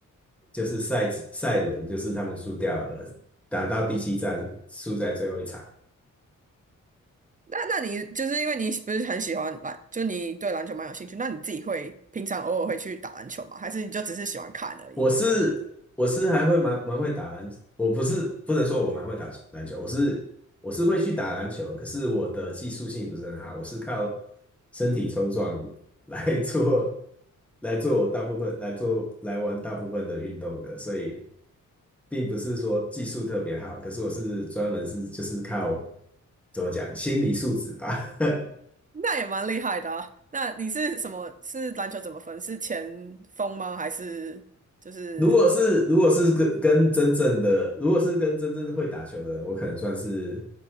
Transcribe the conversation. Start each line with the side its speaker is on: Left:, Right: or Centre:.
Centre: 就是赛季赛轮，就是他们输掉了，打到第七战输在最后一场。
Right: 那那你就是因为你不是很喜欢篮，就你对篮球蛮有兴趣，那你自己会平常偶尔会去打篮球吗？还是你就只是喜欢看而已？
Centre: 我是我是还会蛮蛮会打篮，我不是不能说我蛮会打篮球，我是我是会去打篮球，可是我的技术性不是很好，我是靠身体冲撞来 <laughs> 做来做我大部分来做来玩大部分的运动的，所以并不是说技术特别好，可是我是专门是就是靠怎么讲心理素质吧，<laughs>
Right: 那也蛮厉害的啊。那你是什么？是篮球怎么分？是前锋吗？还是就是？
Centre: 如果是如果是跟跟真正的，如果是跟真正会打球的人，我可能算是